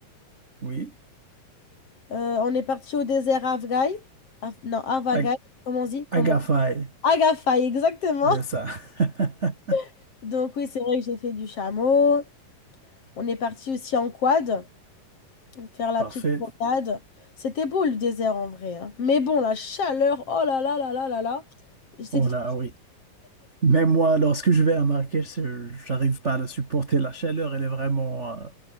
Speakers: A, on the right; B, on the left.
A: oui.
B: Euh, on est parti au désert Afghai. Af- non, Avagai,
A: Ag-
B: comment on dit? Comment?
A: Agafay,
B: Agafay, exactement.
A: c'est ça. <laughs>
B: <laughs> Donc oui, c'est vrai que j'ai fait du chameau. On est parti aussi en quad. faire la
A: Parfait.
B: petite promenade. C'était beau le désert en vrai, hein. Mais bon, la chaleur, oh là là là là là là, c'était
A: Oh
B: trop.
A: là, oui. Mais moi, lorsque je vais à Marrakech, c'est- j'arrive pas à la supporter. La chaleur, elle est vraiment... euh,